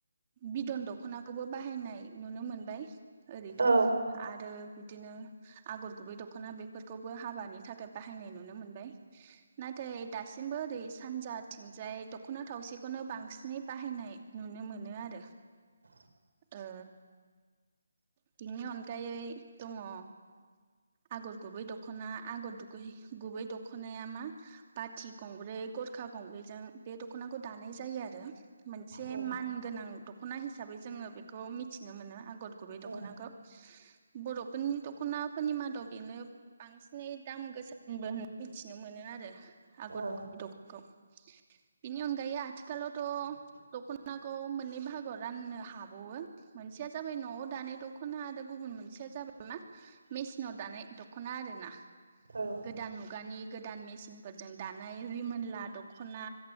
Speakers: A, on the right (about 35°); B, on the right (about 80°).
A: बिदन दखनाखौबो बाहायनाय नुनो मोनबाय ओरैथ'
B: औ
A: आरो बिदिनो आगर गुबै दख'ना बेफोरखौबो हाबानि थाखाय बाहायनाय नुनो मोनबाय। नाथाय दासिमबो ओरै सानजाथिंजाय दख'ना थावसिखौनो बांसिनै बाहायनाय नुनो मोनो आरो।
B: <inaudible>
A: ओ बिनि अनगायै दङ आगर गुबै दख'ना आगर दुगै गुबै दख खनाया मा बाथि गंब्रै गरखा गंब्रैजों बे दख'नाखौ दानाय जायो आरो। मोनसे
B: औ
A: मान गोनां दख'ना हिसाबै जोङो बेखौ मिथिनो मोनो आगर गुबै दख'नाखौ।
B: औ
A: बर'फोरनि दख'नाफोरनि मादाव बेनो बांसिनै दाम गोसाबो होनो मिथिनो मोनो आरो आगर
B: औ औ
A: गुबै दख'नाखौ। बेनि अनगायै आथिखालावथ' दख'नाखौ मोननै बाहागोआव राननो हाबावो। मोनसेया जाबाय न'आव दानाय दख खना आरो गुबुन मोनसेया जाबाय मा मेसिनाव दानाय दख'ना आरोना।
B: औ
A: गोदान मुगानि गोदान मेचिनफोरजों दानाय रिमोनला दख'ना